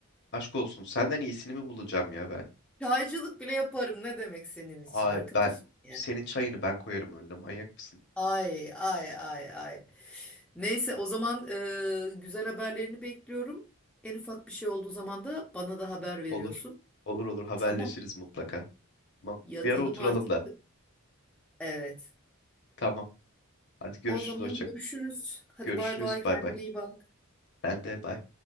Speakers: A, on the left (about 50°); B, in the centre.
A: Aşk olsun. Senden iyisini mi bulacağım ya ben?
B: çaycılık bile yaparım. Ne demek senin için
A: Aa,
B: arkadaş?
A: ben
B: Yani.
A: senin çayını ben koyarım önüne. Manyak mısın?
B: Ay ay ay ay. Neyse o zaman eee, güzel haberlerini bekliyorum. En ufak bir şey olduğu zaman da bana da haber veriyorsun.
A: Olur. Olur olur haberleşiriz
B: Tamam.
A: mutlaka. Tamam.
B: Yatalım
A: Bir ara oturalım
B: artık.
A: da.
B: Evet.
A: Tamam. Hadi görüşürüz.
B: O zaman
A: Hoşça.
B: görüşürüz. Hadi
A: Görüşürüz.
B: bay bay. Kendine
A: Bay bay.
B: iyi bak.
A: Ben de bay.